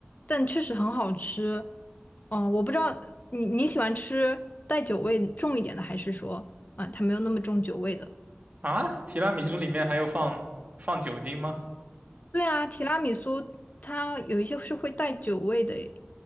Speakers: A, on the left; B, on the right.
A: 但确实很好吃。哦，我不知道你你喜欢吃带酒味重一点的，还是说啊，它没有那么重酒味的？
B: 啊，提拉米苏里面还有放放酒精吗？
A: 对啊，提拉米苏它有一些是会带酒味的诶。